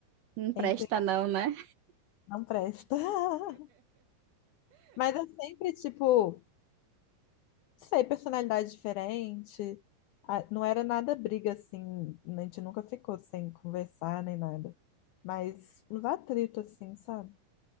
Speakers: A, on the right; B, on the left.
A: Não presta
B: entra em
A: não, né?
B: não presta. <laughs> Mas eu sempre, tipo, sei, personalidade diferente. Ah, Não era nada briga assim, a gente nunca ficou sem conversar nem nada. Mas uns atritos assim, sabe?